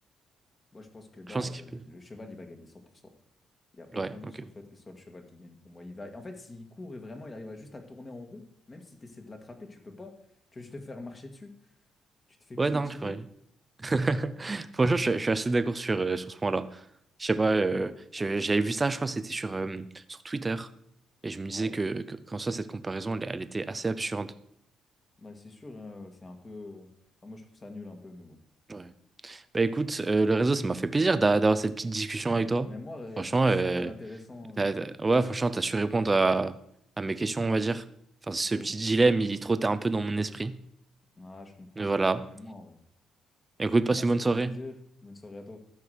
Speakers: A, on the left; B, on the right.
A: Moi, je pense que non,
B: Je pense qu'il
A: le,
B: peut.
A: le le cheval, il va gagner 100%. Il n'y a aucun
B: Ouais,
A: doute
B: ok.
A: sur le fait que ce soit le cheval qui gagne pour moi. Il va... En fait, s'il court et vraiment il arrive à juste à tourner en rond, même si tu essaies de l'attraper, tu peux pas. Tu vas juste te faire marcher dessus. Tu te fais
B: Ouais,
A: piétiner.
B: non, je pourrais. <laughs> Franchement, je, je suis assez d'accord sur, euh, sur ce point-là. Je sais pas, euh, j'ai- j'avais vu ça, je crois, que c'était sur, euh, sur Twitter. Et je me
A: Ouais,
B: disais que, que- qu'en soi, cette comparaison, elle, elle était assez absurde.
A: bah c'est sûr, euh, c'est un peu. euh, enfin, moi je trouve ça nul un peu, mais bon.
B: Ouais. Bah écoute, euh, le réseau, ça m'a fait plaisir d'a- d'avoir cette petite discussion
A: M-
B: avec toi.
A: Même moi, Ryan,
B: Franchement,
A: c'était
B: euh,
A: super intéressant.
B: t'as-
A: euh,
B: t'as-
A: C'était
B: ouais, franchement,
A: super.
B: t'as su répondre à, à mes questions, on va dire. Enfin, ce
A: Top.
B: petit dilemme, il trottait un peu dans mon esprit.
A: Ah, je comprends,
B: Mais voilà.
A: je comprends. Même moi, en vrai.
B: Écoute, passe
A: Ah,
B: une
A: c'était
B: bonne soirée.
A: un plaisir. Bonne soirée à toi.